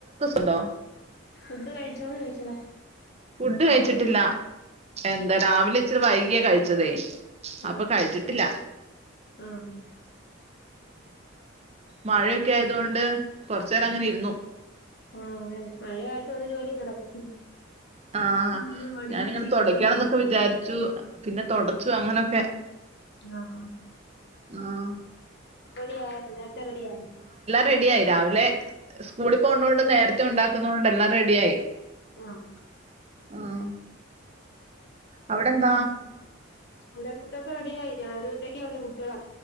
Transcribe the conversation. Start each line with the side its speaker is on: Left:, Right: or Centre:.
Right: ണ്ടോ
Left: ഫുഡ് കഴിച്ചോന്ന് ചോയിച്ചതാ
Right: ഫുഡ് കഴിച്ചിട്ടില്ല. എന്താ രാവിലെ ഇച്ചിരി വൈ യാ കഴിച്ചതേ അപ്പൊ
Left: ആഹ്
Right: കഴിച്ചിട്ടില്ല
Left: ആഹ്
Right: മഴയൊക്കെ ആയതോണ്ട് കൊർചേരം അങ്ങനെ ഇരുന്നു
Left: ആഹ് അതെൻ മഴയായിട്ട് ഒരു ജോലി നടക്കത്തില്ല
Right: ആആ
Left: ഇങ്ങനെ മടി
Right: ഞാനിങ്ങനെ
Left: പിടിച്ചിരിക്കത്തേ
Right: തുടക്കാനെന്നൊക്കെ വിചാര്ച്ചു. പിന്നെ
Left: ഉം
Right: തൊടച്ചു അങ്ങനൊക്കെ
Left: ആഹ്
Right: ആഹ്
Left: ബെടി ആഎന്നെ ക്കെ റെഡിയായി
Right: റെഡിയായി രാവിലെ സ്കൂളിൽ പോന്നോണ്ട് നേരത്തെ ഉണ്ടാക്കുന്നോണ്ട് എല്ലാം റെഡി ആയി.
Left: ആഹ്
Right: ആഹ് അവിടെന്താ?
Left: ആഹ് ഇവിടെ ഫുഡൊക്കെ റെഡിയായി. ഞാൻ ഒറ്റക്കേ ഉള്ളൂ കുട്ട്യോള്